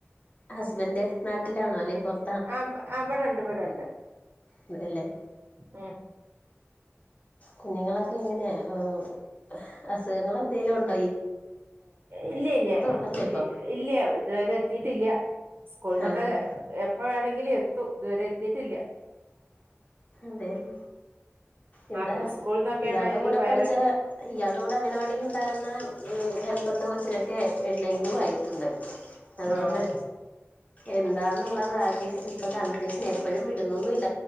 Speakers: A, on the left; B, on the right.
A: ഹസ്ബന്റ് നാട്ടിലാണോല്ലേ പുറ
B: ആ ആ ഇവിടെണ്ട് ഇവിടെണ്ട്.
A: ഇവിടെല്ലേ.
B: ഉം
A: കുഞ്ഞുങ്ങളൊക്കെ എങ്ങനെയ ഹ് അസുഖങ്ങള് എന്തേ ലും ഉ
B: ഇല്ല്യ ഇല്ല്യ
A: ഉണ്ടല്ലോ ഇപ്പൊ
B: ഇല്ല്യ ഇതുവരെ എത്തിട്ടില്ല്യ. സ്കൂളു ന്നൊക്കെ
A: ആഹ്
B: എപ്പ വേണെങ്കിലും എത്തും ഇതുവരെ എത്തിട്ടില്ല.
A: അതേലേ ഇവിടെ
B: ആഹ് സ്കൂൾന്നൊക്കെയാണ്
A: ഇയാളുടെ കൂടെ
B: ഈ വൈറൽ
A: പഠിച്ച ഇയാളുടെ കൂടെ അംഗനവാടിയിൽ ഉണ്ടായിരുന്ന ഹെൽപ്പറിന്റെ കോച്ചിനെ ക്കെ ഡെങ്കുവായിട്ടുണ്ട് അതുകൊണ്ട്
B: ആഹ്
A: എന്താന്നു ള്ളത് ആകെ ഇപ്പൊ കൺഫ്യുഷനാ എപ്പോഴും വിടുന്നൊന്നുംല്ല.